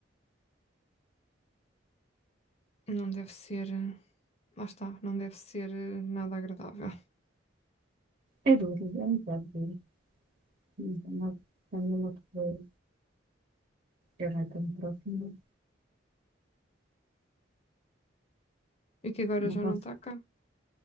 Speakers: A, on the left (about 35°); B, on the right (about 45°).
A: Não deve ser. eh, Lá está, não deve ser eh, nada agradável.
B: é duro, é um bocado duro. Então, Quando uma pessoa já não é tão próxima,
A: E que agora
B: não
A: já
B: consigo.
A: não está cá.